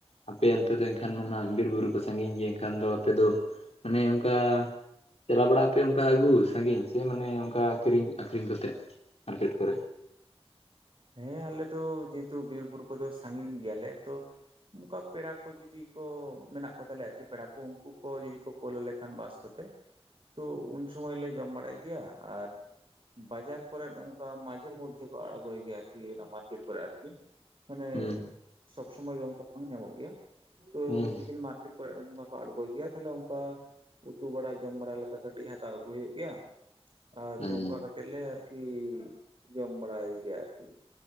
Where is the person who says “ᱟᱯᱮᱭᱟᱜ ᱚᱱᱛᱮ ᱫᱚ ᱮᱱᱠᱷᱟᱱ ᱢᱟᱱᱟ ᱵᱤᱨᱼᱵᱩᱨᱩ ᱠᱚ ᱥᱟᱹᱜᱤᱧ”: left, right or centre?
Left